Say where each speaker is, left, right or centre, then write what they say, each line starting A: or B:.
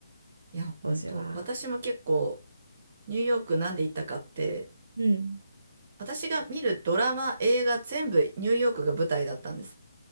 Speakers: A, on the right; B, on the right.
A: いや、本当。
B: 当時は。
A: 私も結構、ニューヨークなんで行ったかって、
B: うん。
A: 私が見るドラマ、映画、全部ニューヨークが舞台だったんです。